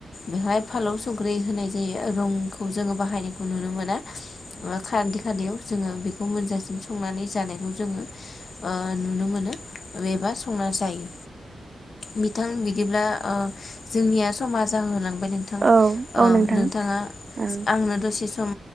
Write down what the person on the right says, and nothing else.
औ औ
नोंथां
ओं